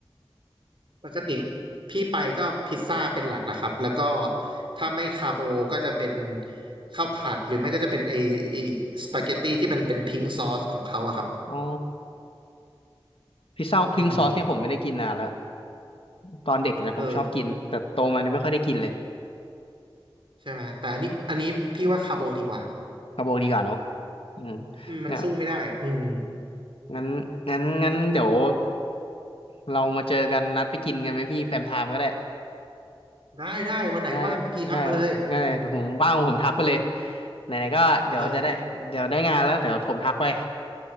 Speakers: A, on the right; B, on the left.
A: ปกติพี่ไปก็พิซซ่าเป็นหลักละครับแล้วก็ถ้าไม่คาโบก็จะเป็นข้าวผัดหรือไม่ก็จะเป็นไอไอสปาเกตตี้ที่มันเป็นพิงซอสของเขาอะครับ
B: อ๋อพิซซ่าพิงซอสเนี่ยผมไม่ได้กินนานแล้ว
A: อืม
B: ตอนเด็กนะผมชอบกินแต่โตมาเนี่ยไม่ค่อยได้กินเลย
A: เออใช่ไหมแต่อันนี้อันนี้พี่ว่าคาโบดีกว่า
B: เอาบอกดีกว่าเนาะอืม
A: อืมมันสู้ไม่ได้อืม
B: เนี่ยงั้นงั้นงั้นเดี๋ยวเรามาเจอกันนัดไปกินกันไหมพี่แฟมไทม์ก็ได้
A: ได้ได้วันไหนว่างพี่ทักมาเลย
B: ได้ได้ได้เดี๋ยวผมว่างผมทักไปเลยไหนๆก็เดี๋ยวจะได้เดี๋ยวได้งานแล้วเดี๋ยวผมทักไป
A: เออ